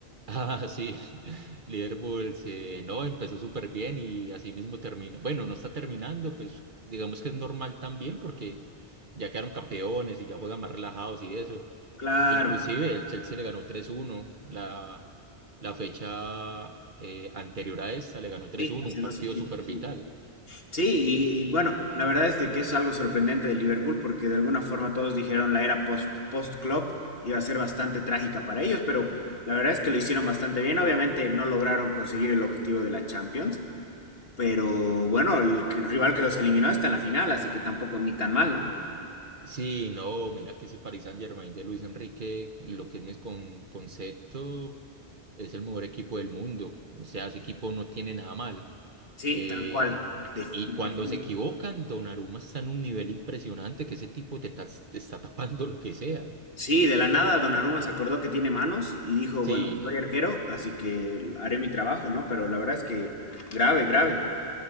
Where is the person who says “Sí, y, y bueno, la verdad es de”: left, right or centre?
Left